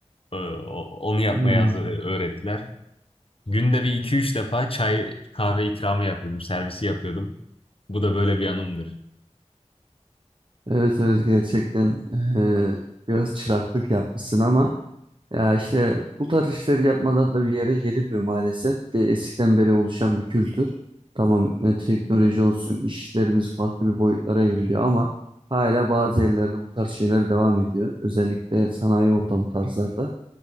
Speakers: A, on the left (about 50°); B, on the right (about 45°).
A: Ee, o- Onu yapmayı
B: Hmm.
A: az- öğrettiler. Günde bir iki üç defa çay kahve ikramı yapıyordum. Servisi yapıyordum. Bu da böyle bir anımdır.
B: Evet evet gerçekten eee, biraz çıraklık yapmışsın ama ya işte bu tarz işleri yapmadan da bir yere gelinmiyor maalesef. Bir de eskiden beri oluşan bir kültür. Tamam e, teknoloji olsun işlerimiz farklı bir boyutlara evriliyor ama hala bazı yerlerde bu tarz şeyler devam ediyor. Özellikle sanayi ortamı tarzlarda.